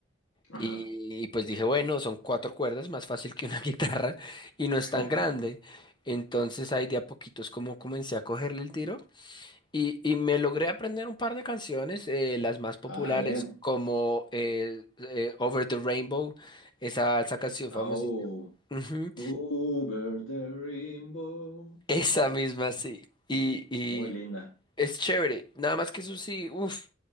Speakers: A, on the left (about 80°); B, on the left (about 20°).
A: Ajá.
B: Y, y pues dije, bueno, son cuatro cuerdas, más fácil que una <laughs> guitarra, y no
A: <laughs>
B: es tan grande. Entonces ahí de a poquitos como comencé a cogerle el tiro. Y, y me logré aprender un par de canciones, eh, las más populares,
A: Ah, bien.
B: como eh, eh, Over the Rainbow, esa, esa canción
A: Oh,
B: famosísima. Ujú,
A: over the rainbow.
B: Esa misma, sí. Y, y
A: Muy linda.
B: es chévere. Nada más que eso sí, uff,